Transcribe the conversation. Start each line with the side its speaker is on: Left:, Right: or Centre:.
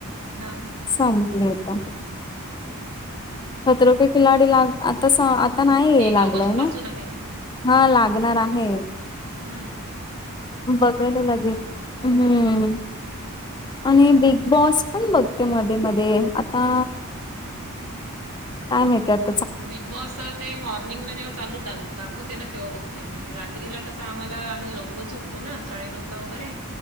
Right: हा हा हां!
Left: संपली आता.
Right: हम्.
Left: खत्रपी खिलाडी लाग आता आता नाही
Right: एक
Left: लागलाय
Right: ऑगस्ट पासून
Left: ना.
Right: आहे
Left: हा लागणार आहे.
Right: हम्.
Left: बघायला लागेल हम् आणि
Right: त्याच्यामुळे
Left: बिग बॉस पण बघ. मध्ये मध्ये आता काय माहत.
Right: बिग बॉस ते मॉर्निंगला जेव चालू द दाखवते ना तेव्हा बघते मी रात्रीला कसं आम्हाला आम्ही लवकर झोपो. तो ना साडे नऊ ला वगैर